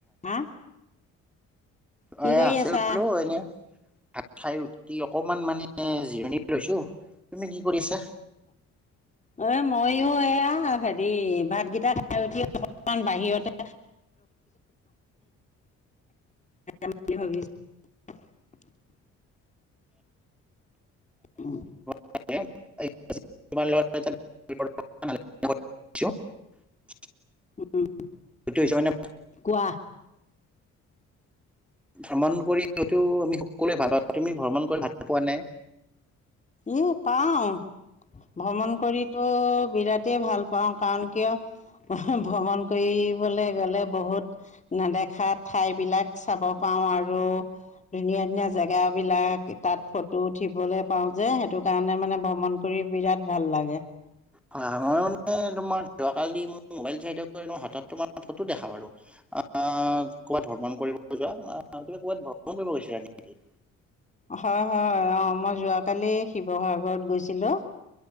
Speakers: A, on the left; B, in the centre.
A: হা কি
B: অ
A: কৰি
B: আছে
A: আছা?
B: বোলো এনে ভাত খাই উঠি অকমান মানে জিৰণি লৈছো তুমি কি কৰিছা
A: অ এ মইও এয়া হেৰি ভাতকেইটা খাই উঠি বাহিৰতে <unintelligible> ভ <unintelligible> অ
B: <unintelligible>
A: উম,
B: হৈছে মানে
A: কোৱা?
B: ভ্ৰমণ কৰি হয়তো আমি সকলোৱে ভাল পাওঁ তুমি ভ্ৰমণ কৰি ভাল পোৱা নাই
A: এ পাও ভ্ৰমণ কৰি। তটো বিৰাটেই ভাল পাওঁ কাৰণ কিয় ভ্ৰমণ কৰিবলে গলে বহুত নেদেখা ঠাই বিলাক চাব পাওঁ পা আৰু ধুনীয়া ধুনীয়া জেগ বিলাক তাত ফটো উঠিবলৈ পাওঁ যে সেইটো কাৰণে মানে ভ্ৰমণ কৰি বিৰাট ভাল লাগে
B: হয় মই মান তোমাৰ যোৱি ম মল হ তোমাৰ ফটো দেখা বাৰু আহ ক'ৰবাত ভ্ৰমণ কৰিব যোৱা আহ তুম ক'ৰবাত ভ্ৰমণ কৰিব গৈছিলা নে নেকি
A: হয়-হয় অ' মই যোৱাকালি শিৱসাগৰত গৈছিলো।